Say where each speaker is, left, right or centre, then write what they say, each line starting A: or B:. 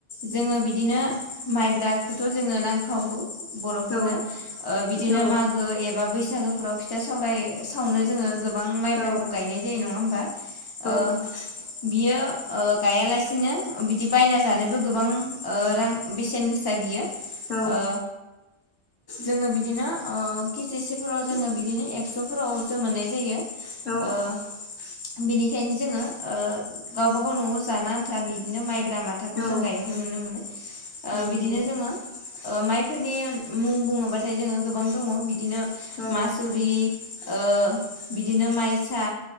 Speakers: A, on the left; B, on the left.
A: जोङो बिदिनो माइब्राखौथ' जोङो नांखागौ बर'फोरनो
B: औ
A: बिदिनो
B: औ
A: मागो ए बा बैसागोफोराव फिथा सावराय सावनो जोङो गोबां माइब्राखौ
B: औ
A: गायनाय जायो नङा होमबा
B: औ
A: ओ बियो गायालासिनो बिदि बायना जानोबो गोबां रां बेसेन गोसा बियो
B: औ
A: ओ जोङो बिदिनो ओ के जि सेफोराव जोङो बिदिनो एक्स'फोरावसो मोननाय जायो।
B: औ
A: ओ बिनिखायनो जोङो ओ गावबागाव न'आव जानो आन्था बिदिनो माइब्रा माथाखौ
B: औ
A: जों गायनायखौ नुनो मोनो। ओ
B: नंगौ
A: बिदिनो जोङो ओ माइफोरनि मुं बुङोबाथाय जोङो गोबां दङ' बिदिनो
B: औ औ
A: मासुरि ओ बिदिनो माइसा